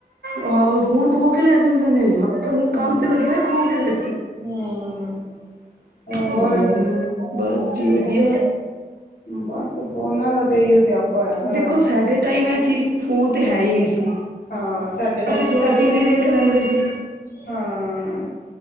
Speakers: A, on the right (about 80°); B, on the left (about 70°).
A: ਆਹੋ ਫੋਨ ਖੋ ਕੇ ਲੈ ਜਾਂਦੇ ਨੇ ਕੰਨ
B: ਹਾਂ
A: ਤੇ ਲੱਗਿਆ ਖੋ ਕੇ ਲੈ।
B: ਹੂੰ ਹੋਰ।
A: ਹੂੰ ਬਸ ਜੀ ਵਧੀਆ।
B: ਬਸ ਫੋਨਾਂ ਦਾ ਤੇ ਇਹੀ ਸਿਆਪਾ। ਹੋਇਆ ਪਿਆ
A: ਦੇਖੋ
B: ਬਸ
A: ਸਾਡੇ ਟਾਈਮ ਇਹ ਚੀਜ਼ ਫੋਨ ਤੇ ਹੈ ਹੀ ਨਹੀਂ ਸੀ।
B: ਹਾਂ ਸਾਡੇ ਟਾਈਮ
A: ਅਸੀਂ ਥੋੜਾ
B: ਸਾਡੇ
A: ਟੀ ਵੀ
B: ਟਾਈਮ
A: ਦੇਖ
B: ਤੇ
A: ਲੈਂਦੇ ਸੀ।
B: ਹਾਂ,